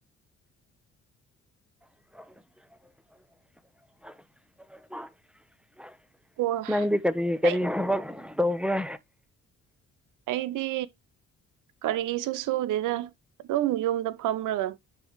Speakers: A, in the centre; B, on the right (about 85°).
A: ꯎ <unintelligible>
B: ꯀꯣ
A: ꯅꯪꯗꯤ ꯀꯔꯤ ꯀꯔꯤ
B: ꯑꯩ
A: ꯊꯕꯛ ꯇꯧꯕ꯭ꯔꯥ
B: ꯑꯩꯗꯤ ꯀꯔꯤꯒꯤꯁꯨ ꯁꯨꯗꯦꯗ ꯑꯗꯨꯝ ꯌꯨꯝꯗ ꯐꯝꯔꯒ